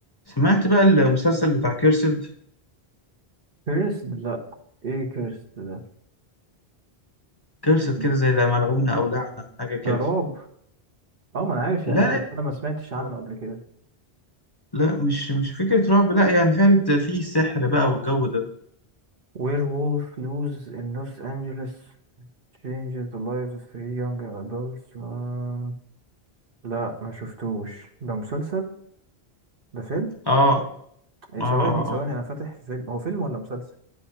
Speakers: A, on the left (about 25°); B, on the right (about 60°).
A: سمعت بقى المسلسل بتاع كيرسد
B: كيرسد لا ايه كيرسد ده
A: كيرسد
B: ب-
A: كده زي لا ملعونة أو لعنة حاجة كده
B: ده رعب اه ما انا عارف يعني
A: لا
B: ايه بس انا ما سمعتش
A: لا
B: عنه قبل كده
A: لا مش مش فكرة رعب لا يعني فعلا في سحر بقى والجو ده
B: وير وولف لوز ان لوس انجلوس changes the lives of three young adults آه، لا ما شفتوش ده مسلسل ده فيلم
A: آه
B: ايه
A: آه آه
B: ثواني ثواني
A: آه
B: انا فاتح فيلم هو فيلم ولا مسلسل